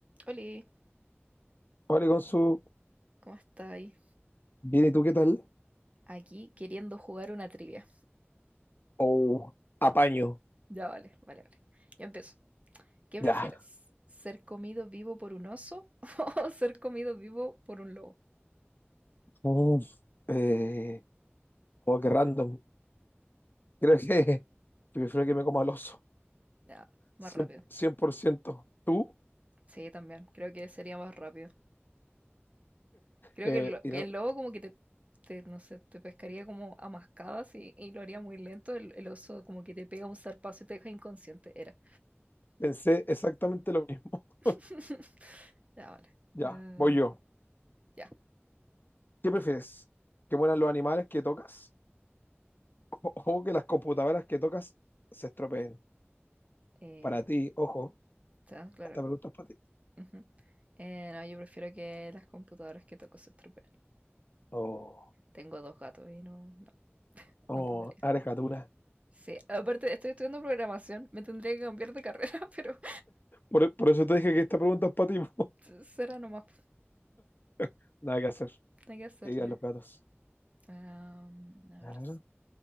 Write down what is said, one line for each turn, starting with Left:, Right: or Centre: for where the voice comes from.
Right: Hola,
Left: Hola, Consu.
Right: ¿cómo estáis?
Left: Bien, ¿y tú qué tal?
Right: Aquí queriendo jugar una trivia.
Left: Oh, apaño.
Right: Ya vale, vale, vale. Yo empiezo. ¿Qué
Left: Ya.
Right: prefieres? ¿Ser comido vivo por un oso <laughs> o ser comido vivo por un lobo?
Left: Uf, eh, oh, qué random. Creo que, <laughs> que prefiero que me coma el oso.
Right: Ya, más
Left: cien
Right: rápido.
Left: cien por ciento? Tú,
Right: Sí, también. Creo que sería más rápido. Creo
Left: eh,
Right: que el, lo-
Left: y
Right: que
Left: no-
Right: el lobo como que te, te, no sé, te pescaría como a mascadas y, y lo haría muy lento. El, el oso como que te pega un zarpazo y te deja inconsciente. Era.
Left: pensé exactamente lo mismo. <laughs>
Right: <laughs> Ya, vale.
Left: Ya,
Right: Ah,
Left: voy yo.
Right: ya.
Left: ¿Qué prefieres? ¿Que mueran los animales que tocas? <laughs> ¿O, o que las computadoras que tocas se estropeen?
Right: Eh,
Left: Para ti, ojo,
Right: está claro.
Left: esta pregunta es para ti.
Right: Ujú. Eh, no, yo prefiero que las computadoras que toco se estropeen.
Left: Oh,
Right: Tengo dos gatos y no, no,
Left: oh,
Right: no podría.
Left: eres gatuna.
Right: Sí, aparte estoy estudiando programación, me tendría que cambiar de carrera, <laughs> pero
Left: Por, por eso te dije que esta pregunta es para ti. po.
Right: <laughs> será nomás,
Left: <laughs> Nada que hacer.
Right: hay que hacerle.
Left: que digan los gatos.
Right: Am, a
Left: Claro.
Right: ver, s-